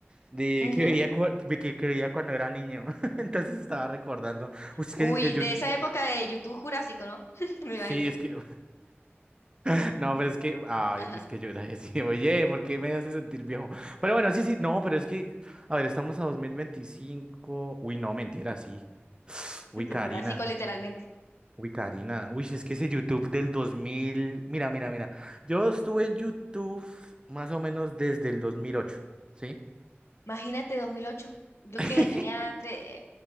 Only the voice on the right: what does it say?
de
que veía, cua- de que, que veía cuando era niño, <laughs> entonces estaba recordando. Uy, es
que el
YouTube...
Sí,
es que... <laughs> No, pero es que... Ay,
es que yo <laughs> era así, oye, ¿por qué me hace sentir viejo? Pero bueno, sí, sí, no, pero es que... A ver, estamos a 2025. Uy, no, mentira, sí. <sniffs> Uy,
Karina.
Uy, Karina, uy, si es que ese YouTube del 2000, mira, mira, mira, yo estuve en YouTube más o menos desde el 2008, ¿sí?
<laughs>